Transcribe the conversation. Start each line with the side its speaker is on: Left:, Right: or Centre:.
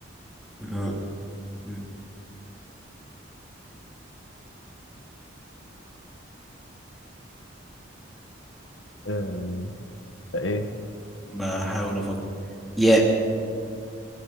Centre: م- م-
Left: أم... ده ايه
Centre: بحاول افكر ياء